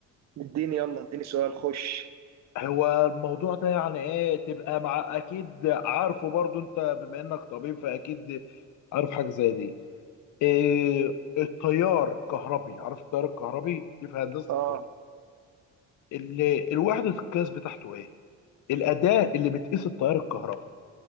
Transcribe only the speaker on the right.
اديني يلا اديني سؤال خش
اه